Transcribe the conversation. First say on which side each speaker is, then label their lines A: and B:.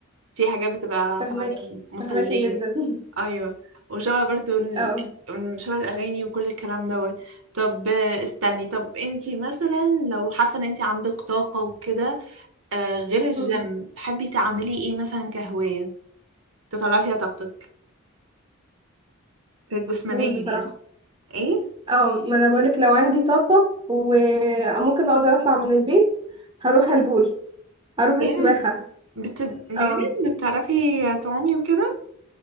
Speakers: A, on the right; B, on the right.
A: في حاجات بتبقى
B: فهماكي
A: فعلا مسلية
B: فهماكي جدا <laughs>
A: ايوه وشبه برضو ال...
B: اه
A: شبه الاغاني وكل الكلام دوت طب آه، استني طب انتي مثلا لو حاسه ان انتي عندك طاقه وكده آه غير الجيم
B: مم.
A: تحبي تعملي ايه مثلا كهوايه تطلعي فيها طاقتك جسمانيا
B: قول بصراحة
A: يعني ايه
B: اه ما أنا بقولك لو عندي طاقة وممكن أقدر أطلع من البيت هروح البول هروح السباحة
A: جيم بت... بجد
B: اه
A: بتعرفي تعومي وكده